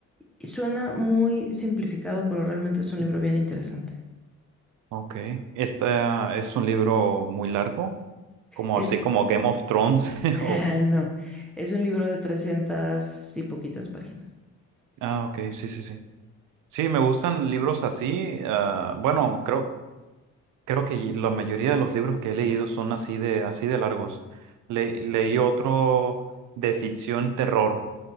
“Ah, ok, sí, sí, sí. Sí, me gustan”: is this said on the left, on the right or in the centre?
Right